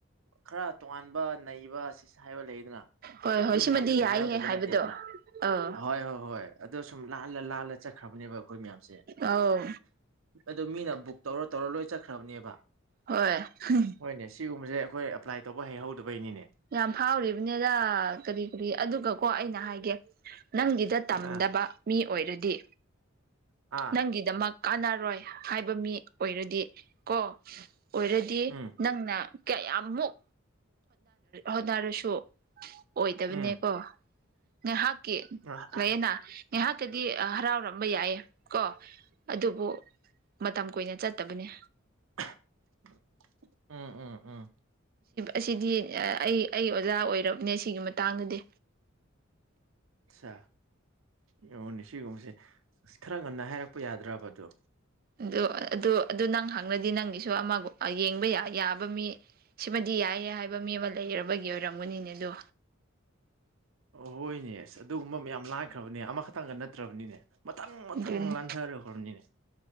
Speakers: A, on the right; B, on the right.
A: ꯈꯔ ꯇꯣꯉꯥꯟ ꯅꯩꯕ ꯁꯤ ꯍꯥꯏꯕ ꯂꯩꯗꯅ
B: ꯍꯣꯏ
A: ꯑꯗꯨ
B: ꯍꯣꯏ ꯁꯤꯃꯗꯤ
A: ꯃꯌꯥꯝꯁꯨ ꯊꯦꯡꯅꯔꯗꯕ
B: ꯌꯥꯏꯍꯦ ꯍꯥꯏꯕꯗꯣ
A: ꯅꯠꯇꯦ ꯗꯅꯥ
B: ꯑꯧ
A: ꯑ ꯍꯣꯏ ꯍꯣꯏ ꯍꯣꯏ ꯑꯗꯣ ꯁꯨꯝ ꯂꯥꯜꯂ ꯂꯥꯜꯂ ꯆꯠꯈ꯭ꯔ ꯕꯅꯦꯕ ꯑꯩꯈꯣꯏ ꯃꯌꯥꯝꯁꯦ
B: ꯑꯧ
A: ꯑꯗꯨ ꯃꯤꯅ ꯕꯨꯛ ꯇꯧꯔ ꯇꯧꯔ ꯂꯣꯏ ꯆꯠꯈ꯭ꯔ ꯕꯅꯦꯕ
B: ꯍꯣꯏ <unintelligible>
A: ꯍꯣꯏꯅꯦ ꯁꯤꯒꯨꯝꯕꯁꯦ ꯑꯈꯣꯏ ꯑꯦꯄ꯭ꯂꯥꯏ ꯇꯧꯕ ꯍꯩꯍꯧꯗꯕꯩꯅꯤꯅꯦ
B: ꯌꯥꯝ ꯐꯥꯎꯔꯤ ꯕꯅꯤꯗ ꯀꯔꯤ ꯀꯔꯤ ꯑꯗꯨꯒꯀꯣ ꯑꯩꯅ ꯍꯥꯏꯒꯦ ꯅꯪꯒꯤꯗ ꯇꯝꯗꯕ
A: ꯑꯥ
B: ꯃꯤ ꯑꯣꯏ ꯔꯗꯤ
A: ꯑꯥ
B: ꯅꯪꯒꯤ ꯗꯃꯛ ꯀꯥꯟꯅꯔꯣꯏ ꯍꯥꯏꯕ ꯃꯤ ꯑꯣꯏꯔꯗꯤ ꯀꯣ ꯑꯣꯏꯔꯗꯤ
A: ꯎꯝ
B: ꯅꯪꯅꯥ ꯀꯌꯥꯃꯨꯛ ꯍꯣꯠꯅ ꯔꯁꯨ ꯑꯣꯏꯗꯕꯅꯦ
A: ꯎꯝ
B: ꯀꯣ ꯉꯥꯏꯍꯥꯛꯀꯤ
A: ꯑꯥ
B: ꯂꯌꯦꯅ ꯉꯥꯏꯍꯥꯛ ꯇꯗꯤ ꯍꯔꯥꯎꯔꯝꯕ ꯌꯥꯏꯌꯦ ꯀꯣ ꯑꯗꯨꯕꯨ ꯃꯇꯝ ꯀꯨꯏꯅ ꯆꯠꯇ ꯕꯅꯦ
A: <unintelligible> ꯎꯝ ꯎꯝ ꯎꯝ
B: ꯑꯁꯤꯗꯤ ꯑꯩ ꯑꯩ ꯑꯣꯖꯥ ꯑꯣꯏꯔꯕꯅꯦ ꯁꯤꯒꯤ ꯃꯇꯥꯡ ꯗꯗꯤ
A: ꯑꯆꯥ ꯌꯦꯡꯅꯦ ꯁꯤꯒꯨꯝꯕꯁꯦ ꯑꯁ ꯈꯔ ꯉꯟꯅ ꯍꯥꯏꯔꯛꯄ ꯌꯥꯗꯔꯥꯕ ꯑꯗꯨ
B: ꯑꯗꯨ ꯑꯗꯨ ꯑꯗꯨ ꯅꯪ ꯍꯪꯔꯗꯤ ꯅꯪꯒꯤꯁꯨ ꯑꯃꯒ ꯌꯦꯡꯕ ꯌꯥꯕ ꯃꯤ ꯁꯤꯃꯗꯤ ꯌꯥꯏꯌꯦ ꯍꯥꯏꯕ ꯃꯤ ꯑꯃ ꯂꯩꯔꯕꯒꯤ ꯑꯣꯏꯔꯝ ꯒꯅꯤꯅꯦ ꯑꯗꯣ
A: ꯍꯣꯏꯅꯦ ꯑꯁ ꯑꯗꯨꯒꯨꯝꯕ ꯃꯌꯥꯝ ꯂꯥꯟ ꯈ꯭ꯔꯕꯅꯦ ꯑꯃꯈꯛꯇꯪꯒ ꯅꯠꯇ꯭ꯔꯕꯅꯤꯅꯦ ꯃꯊꯪ ꯃꯊꯪ
B: ꯑꯗꯨꯅꯤ
A: ꯂꯥꯟꯊꯔ ꯍꯣꯔꯝꯅꯤꯅꯦ